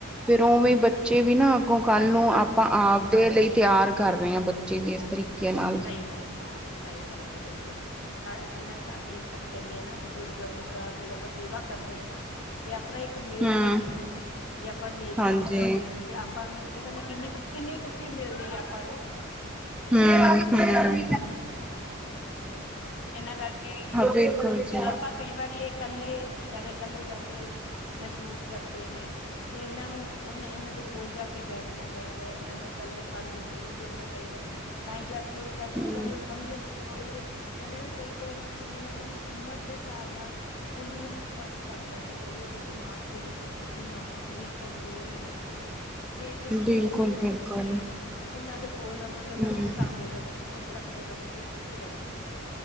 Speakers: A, in the centre; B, on the left (about 70°).
A: ਫੇਰ ਉਵੇਂ ਬੱਚੇ ਵੀ ਨਾ ਅੱਗੋਂ ਕੱਲ
B: ਘੱਟ
A: ਨੂੰ
B: ਹਾਂਜੀ
A: ਆਪਾਂ ਆਪ ਦੇ ਲਈ। ਤਿਆਰ ਕਰ ਰਹੇ ਹਾਂ। ਬੱਚੇ ਵੀ ਇਸ ਤਰੀਕੇ ਨਾਲ?
B: ਸਹੀ ਗੱਲ ਸਹੀ ਗੱਲ ਕਹੀ ਬਿਲਕੁਲ ਤਾਂ ਅਸੀਂ ਨਾ ਅਸੀਂ ਕਹਿੰਦੇ ਹਾਂ ਨਾ ਬਜ਼ੁਰਗ ਦਾ ਜੇ ਆਪਾਂ ਸੇਵਾ ਕਰਦੇ ਹਾ ਨਾ ਇਹ ਆਪਣਾ ਇੱਕ ਨੇਕ
A: ਹੂੰ,
B: ਕੰਮ ਹੈ ਜੇ ਆਪਾਂ ਨੇਕ
A: ਹਾਂਜੀ।
B: ਕੰਮ ਕਰਦੇ ਹਾਂ ਤੇ ਆਪਾਂ ਨੂੰ ਪਤਾ ਨੀ ਕਿੰਨੀ ਕਿੰਨੀ ਖੁਸ਼ੀ ਮਿਲਦੀ ਹੈ ਆਪਾਂ ਨੂੰ
A: ਹੂੰ ਹੂੰ
B: ਹਨਾ ਇਹਨਾਂ ਕਰਕੇ
A: ਬਿਲਕੁਲ ਜੀ।
B: ਜਦੋਂ ਆਪਾਂ ਕਈ ਵਾਰੀ ਇਹ ਇਕੱਲੇ ਵਿਚਾਰੇ ਇਕੱਲੇ ਬੈਠੇ ਮਹਿਸੂਸ ਕਰਦੇ ਨੇ ਤੇ ਇਹਨਾਂ ਨੂੰ ਉਹਨਾਂ ਇਹਨਾਂ ਦੇ ਕੋਲ ਜਾ ਕੇ ਬੈਠਣਾ ਚਾਹੀਦਾ ਹੈ। ਇਹਨਾਂ ਦੇ ਇਕੱਲੇਪਨ ਨੂੰ ਦੂਰ ਕਰਨਾ ਚਾਹੀਦਾ ਹੈ ਤਾਂ ਹੀ ਜਾ ਕੇ ਉਹ ਸ਼ਾਇਦ
A: ਹੂੰ,
B: ਵਿਚਾਰੇ ਉਹ ਸਮਝਣਗੇ ਥੋੜੇ ਜਿਹੇ ਕਹਿੰਦੇ ਨਾ ਕਈ ਕੁ ਵਾਰ ਕਿਉਂਕਿ ਇਹਨਾਂ ਦੀ ਉਮਰ ਦੇ ਹਿਸਾਬ ਨਾਲ ਹੌਲੀ ਹੌਲੀ ਫ਼ਰਕ ਪੈਂਦਾ ਹੈ ਹੌਲੀ ਹੌਲੀ ਦਿਮਾਗ ਤੇ ਵੀ ਦਿਮਾਗੀ 'ਚ ਵੀ ਕਮਜ਼ੋਰ ਹੋ ਜਾਂਦੇ ਨੇ ਤੇ ਕਈ ਚੀਜ਼ਾਂ
A: ਬਿਲਕੁਲ-ਬਿਲਕੁਲ।
B: ਭੁੱਲ ਜਾਂਦੇ ਨੇ। ਉਹਨਾਂ ਦੇ ਕੋਲ ਰਵਾਂਗੇ ਉਹਨਾਂ
A: ਹੂੰ,
B: ਨੂੰ ਹਸਾਂਦੇ ਰਵਾਂਗੇ, ਖੁਸ਼ ਰੱਖਦੇ ਰਵਾਂਗੇ, ਉਹ ਠੀਕ। ਰਹਿੰਦੇ ਆ